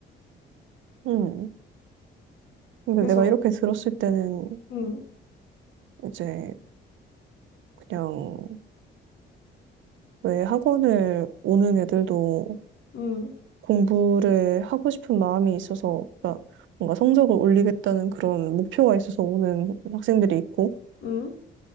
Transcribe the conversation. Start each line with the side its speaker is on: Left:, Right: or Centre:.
Right: 음. 근데
Left: 그래서
Right: 내가 이렇게 들었을 때는
Left: 음,
Right: 이제 그냥 왜 학원을 오는 애들도
Left: 음,
Right: 공부를 하고 싶은 마음이 있어서, 그러니까 뭔가 성적을 올리겠다는 그런 목표가 있어서 오는 학생들이 있고,
Left: 음,